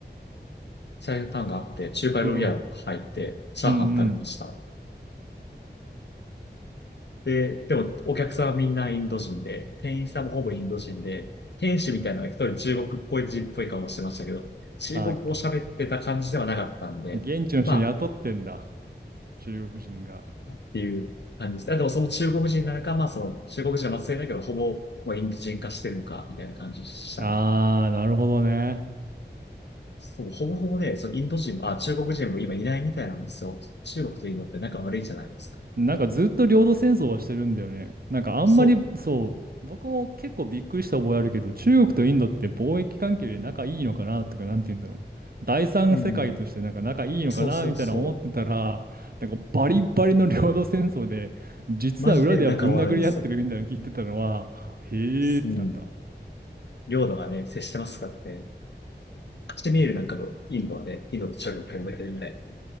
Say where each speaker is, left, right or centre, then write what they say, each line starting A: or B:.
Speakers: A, on the left; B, on the right.
A: チャイナタウンがあって、中華料理屋が入って、
B: ん。
A: チャーハン食べました。
B: うんうん。
A: で、でも、お客さんはみんなインド人で、店員さんもほぼインド人で、店主みたいなのが一人中国っぽい人っぽい顔をしてましたけど、中国語喋ってた感じではなかったんで、
B: あ、現地の人雇ってんだ。
A: まあ、
B: 中国人が。
A: っていう感じです。あ、でもその中国人なのか、まあその中国人は末裔だけど、ほぼもうインド人化してるのか、みたいな感じでしたね。
B: あー、なるほどね。
A: そう、ほぼほぼね、そのインド人も、あ、中国人も今いないみたいなんですよ。中国とインドって仲悪いじゃないですか。
B: なんかずっと領土戦争はしてるんだよね。なんかあんまりそう、
A: そ
B: 僕も結構びっくりした覚えあるけど、中国とインドって貿易関係で仲いいのかなとか、なんて言うんだろう。第三世界としてなんか仲いいのかなみたいな思ってたら、
A: う。うん。そうそうそう。
B: なんかバリバリの領土戦争で、実は裏ではぶん殴り合ってるみたいなの聞いてたのは、
A: マジで仲悪いんですよ。
B: へーってなった。
A: うん。領土がね、接してますからね。カシミールなんかもインドはね、インドと中国が同じみたいな。